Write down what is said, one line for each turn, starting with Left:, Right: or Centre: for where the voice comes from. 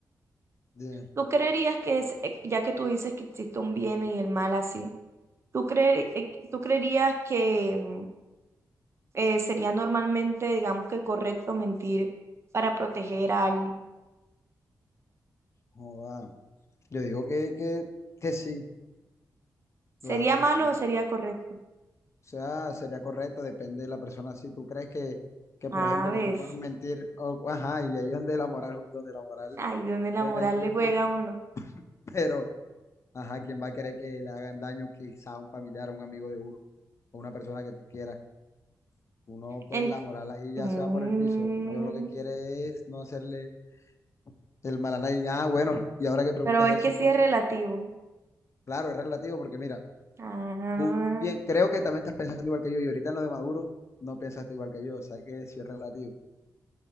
Left: bien,
Right: ¿Tú creerías que es, eh, ya que tú dices que existe un bien y el mal así? ¿Tú cre- eh, tú creerías que mm, eh, sería normalmente, digamos que correcto mentir para proteger a alguien?
Left: joda. Yo digo que, que, que sí, claro
Right: ¿Sería
Left: que
Right: malo
Left: sí.
Right: o sería correcto?
Left: O sea, sería correcto, depende de la persona. Si tú crees que, que por
Right: A
Left: ejemplo, que
Right: ves,
Left: tú puedes mentir, o- ajá, y ahí es donde la moral, donde la moral
Right: ahí donde la
Left: juega
Right: moral
Left: y es injusto,
Right: le juega a uno.
Left: <laughs> pero... Ajá, ¿quién va a querer que le hagan daño quizá a un familiar, a un amigo de uno, o una persona que tú quieras? Uno, pues
Right: Ent-
Left: la moral ahí ya
Right: Mm,
Left: se va por el piso. Uno lo que quiere es no hacerle el mal a nadie. Ah, bueno, y ahora que preguntas
Right: pero ves
Left: eso,
Right: que
Left: entonces,
Right: sí es relativo.
Left: claro, es relativo, porque mira,
Right: Ah,
Left: tú bien, creo que también estás pensando igual que yo, y ahorita en lo de Maduro no pensaste igual que yo, o sea que sí es relativo,